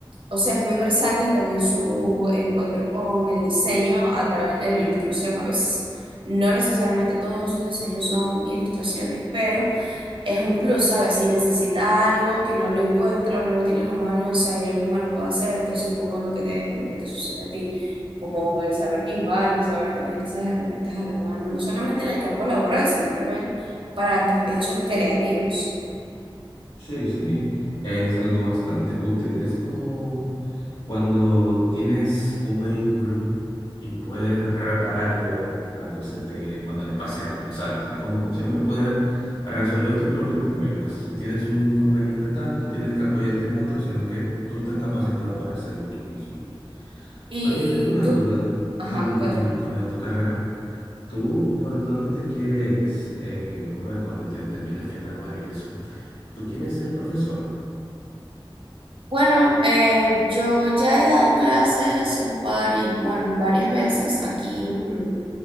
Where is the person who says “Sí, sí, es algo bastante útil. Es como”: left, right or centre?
Left